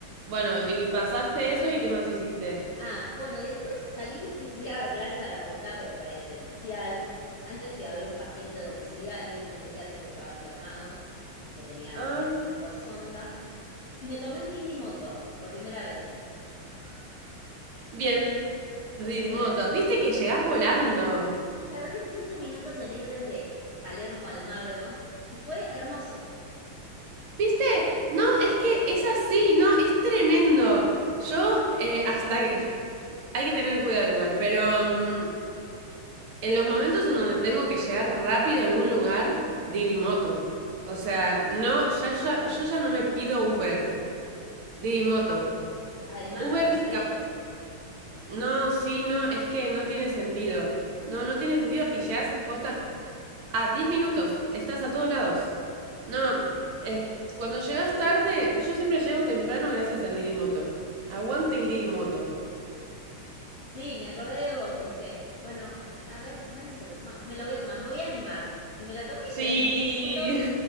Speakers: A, on the right; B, on the left.
A: Bueno, y pasaste
B: ¿Vos
A: eso y ¿qué más hiciste?
B: Ah, bueno, y después salí y fui a dar clases a la facultad, pero presencial. Antes fui a ver un paciente domiciliario en un geriátrico, estaba internado, que tenía alimentación
A: Ay,
B: por sonda, y me tomé un Didi Moto por primera vez.
A: bien, Didi
B: Bien,
A: Motos, viste que llegás volando.
B: tardé quince minutos en ir desde Palermo a Almagro y fue hermoso.
A: ¿Viste? No, es que es así, no, es tremendo. Yo eh, hasta... Hay que tener cuidado igual, pero mm, en los momentos en donde tengo que llegar rápido a algún lugar, Didi Moto. O sea, no, ya, ya- yo ya no me pido Uber, Didi Moto.
B: Además,
A: Uber,
B: el
A: es
B: precio.
A: cap- no, sí, no, es que no tiene sentido. No, no tiene sentido y llegas posta. a 10 minutos, estás a todos lados. No, es, cuando llegas tarde, yo siempre llego temprano gracias al Didi Moto. Aguante el Didi Moto.
B: Sí, me acordé de vos, dije, bueno, a ver si Marian se lo toma, me lo voy a tomar, me voy a animar. Y me lo tomé y
A: Sí.
B: llegué en dos minutos